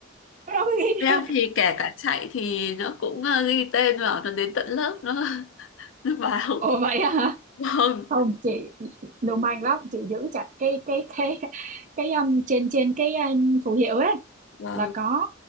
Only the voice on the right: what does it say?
nó đâu có ghi
được
ồ vậy hả
không chị lưu manh lắm chị giữ chặt cái cái cái cái um, trên trên cái um, phù hiệu ấy
là có